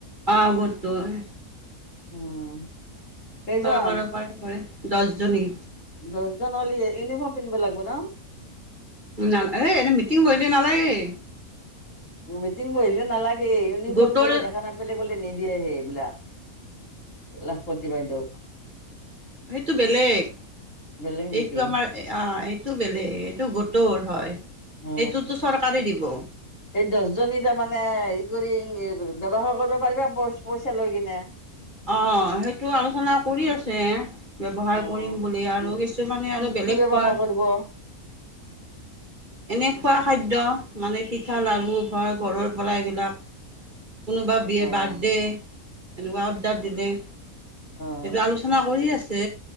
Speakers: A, on the right; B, on the left.
A: অ' গোটটোৱে।
B: উম। কেইজন
A: চৰকাৰৰ পৰাই কৰে দছজনী।
B: দছজন হ'ল ই ইউনিফৰ্ম পিন্ধিব লাগব না?
A: নাল এ এনেই মিটিং বহিলে নালাগেই।
B: উম মিটিং বহিলে নালাগে ইউনিফৰ্ম
A: গোটৰ
B: বোলে দেখা নাপেলে বোলে নিদিয়েহে এইবিলাক। লাখপতি বাইদেউ।
A: সেইটো বেলেগ
B: বেলেগ নেকি
A: এইটো আমাৰ এই অ' এইটো বেলেগ এইটো গোটৰ হয়
B: অ
A: এইেটোতো চৰকাৰে দিব।
B: এই দছজনী তাৰমানে হেৰি কৰি এ ব্যৱ ব্যৱসায়ৰ কৰিব পাৰিবা পইচ পইচা লৈ কিনে।
A: অ' সেইটো আলোচনা কৰি আছে। ব্যৱহাৰ
B: অ
A: কৰিম বুলি আৰু
B: কি
A: কিছুমানে আৰু বেলেগ
B: কি ব্যৱসায়
A: কয়।
B: কৰিব অ <inaudible>
A: এনে খোৱা খাদ্য মানে পিঠা, লাৰু ঘৰ- ঘৰৰ পৰা এইবিলাক কোনোবা বিয়ে
B: অ
A: বাৰ্থডে এনেকুৱা অৰ্ডাৰ দিলে।
B: অ'।
A: সেইটো আলোচনা কৰি আছে।